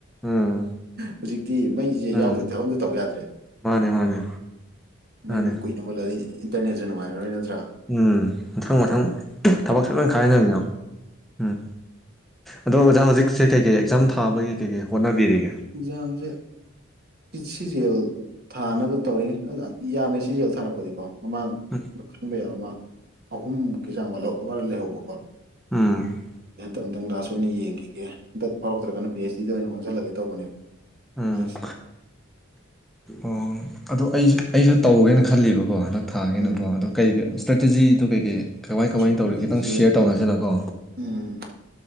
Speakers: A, in the centre; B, on the right.
A: ꯎꯝ
B: ꯍꯧꯖꯤꯛꯇꯤ ꯃꯩꯁꯦ
A: ꯎꯝ
B: ꯌꯥꯎꯗ꯭ꯔ ꯊꯕꯛ ꯑꯝꯗ ꯇꯧ ꯌꯥꯗ꯭ꯔꯦ
A: ꯃꯥꯅꯦ ꯃꯥꯅꯦ
B: ꯃꯩ
A: ꯃꯥꯅꯦ
B: ꯀꯨꯏꯅ ꯃꯨꯠꯂꯗꯤ ꯏꯟꯇꯔꯅꯦꯠꯇꯁ ꯅꯨꯡꯉꯥꯏꯔꯔꯣꯏ ꯅꯠꯇ꯭ꯔꯥ
A: ꯎꯝ ꯃꯊꯪ ꯃꯊꯪ ꯊꯕꯛꯁꯦ ꯂꯣꯏ ꯀꯥꯏꯅꯃꯤꯅ ꯎꯝ ꯑꯗꯣ ꯑꯣꯖꯥ ꯍꯧꯖꯤꯛꯁꯦ ꯀꯩ ꯀꯩ ꯑꯦꯛꯖꯥꯝ ꯊꯥꯒꯤꯩ ꯍꯣꯅꯔꯤꯒꯦ
B: ꯌꯥꯝꯝꯁꯦ ꯁꯤꯖꯦꯜ ꯊꯥꯅꯕ ꯇꯧꯔꯤ ꯌꯥꯝꯃꯦ ꯁꯤꯖꯦꯜ ꯊꯥꯔꯛꯄꯗꯤꯀꯣ ꯃꯃꯥꯡꯗꯣ
A: ꯎꯝ
B: ꯈꯟꯕ ꯌꯥꯕ ꯃꯥꯡ ꯑꯍꯨꯝꯨꯛꯀꯤ ꯆꯥꯡꯠ ꯋꯥꯔ ꯂꯩꯍꯧꯕꯀꯣ
A: ꯎꯝ
B: ꯑꯩ ꯍꯟꯇ ꯑꯝꯇꯪ ꯂꯥꯁ ꯑꯣꯏꯅ ꯌꯦꯡꯈꯤꯒꯦ ꯍꯟꯗꯛ ꯐꯥꯎꯔꯛꯇ꯭ꯔꯒꯅ ꯄꯤ ꯑꯩꯆ ꯗꯤꯗ ꯑꯣꯏꯅ ꯑꯣꯟꯁꯤꯜꯂꯒꯦ ꯇꯧꯕꯅꯦꯕꯀꯣ
A: ꯎꯝ
B: ꯃꯥꯏꯁꯦ
A: ꯑꯣ ꯑꯗꯨꯗꯣ ꯑꯩꯁꯨ ꯑꯩꯁꯨ ꯇꯧꯒꯦꯅ ꯈꯜꯂꯤꯕꯀꯣ ꯀꯣ ꯍꯟꯗꯛ ꯊꯥꯒꯦꯅꯀꯣ
B: ꯎꯝ
A: ꯑꯗꯣ ꯀꯩ
B: ꯎꯝ
A: ꯏꯁꯇ꯭ꯔꯦꯇꯦꯖꯤꯗꯣ ꯀꯩ ꯀꯩ ꯀꯃꯥꯏ ꯀꯃꯥꯏ
B: ꯁꯨꯇꯤꯁꯦ
A: ꯇꯧꯔꯤꯒꯦ ꯈꯤꯇꯪ ꯁꯌꯔ ꯇꯧꯅꯁꯤꯅꯀꯣ
B: ꯎꯝ